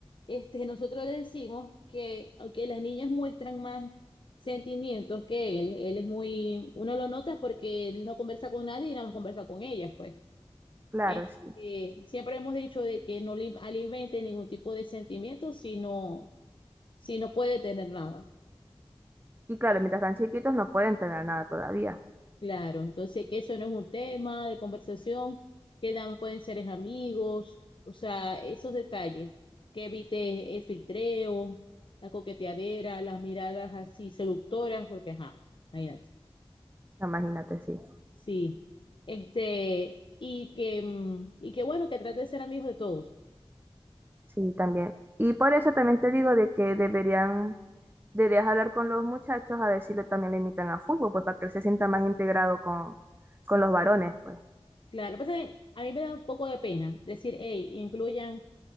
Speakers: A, on the left (about 55°); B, on the right (about 20°).
A: este, nosotros le decimos que, aunque las niñas muestran más sentimientos que él, él es muy, uno lo nota porque él no conversa con nadie y nada más conversa con ellas, pues.
B: Claro,
A: Es
B: sí.
A: que siempre hemos dicho de que no le alimente ningún tipo de sentimiento si no, si no puede tener nada.
B: Y claro, mientras están chiquitos no pueden tener nada todavía.
A: Claro, entonces que eso no es un tema de conversación, que nada más pueden ser es amigos, o sea, esos detalles, que evite el filtreo, la coqueteadera, las miradas así seductoras, porque ajá, imagínate.
B: Imagínate, sí.
A: Sí. Este, y que, mm, y que bueno, que trate de ser amigos de todos.
B: Sí, también. Y por eso también te digo de que deberían, deberías hablar con los muchachos a ver si lo, también le invitan a fútbol, pues para que él se sienta más integrado con, con los varones, pues.
A: Claro, lo que pasa es que a mí me da un poco de pena decir, hey, incluyan